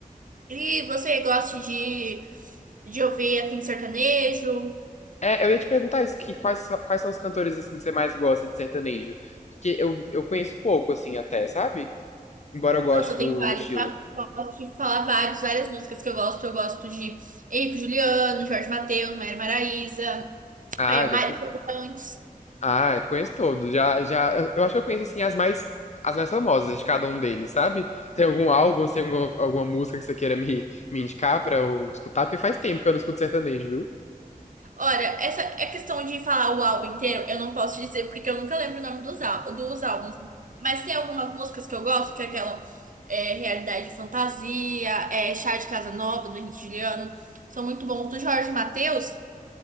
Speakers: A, on the right; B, on the left.
A: E você gosta de, de ouvir assim, sertanejo?
B: É, eu ia te perguntar isso, que quais, so- quais são os cantores assim que você mais gosta de sertanejo? Porque eu, eu conheço pouco assim até, sabe? Embora eu goste
A: Nossa,
B: do,
A: tem vários,
B: do estilo.
A: tá? Posso te falar vários, várias músicas que eu gosto. Eu gosto de Henrique Juliano, Jorge Mateus, Maria Maraíza,
B: Ah,
A: é,
B: já
A: Mari
B: escutei.
A: Fernandes.
B: Ah, eu conheço todos. Já, já, eu acho que eu conheço assim as mais as mais famosas de cada um deles, sabe? Tem algum álbum, tem alguma, alguma música que você queira me, me indicar pra eu escutar? Porque faz tempo que eu não escuto sertanejo,
A: Olha, essa é questão de falar o álbum inteiro, eu não posso dizer porque eu nunca lembro o nome dos, ál- dos álbuns. Mas tem algumas músicas que eu gosto, que é aquela é, Realidade e Fantasia, é, Chá de Casa Nova, do Henrique Juliano, são muito bons. Do Jorge Mateus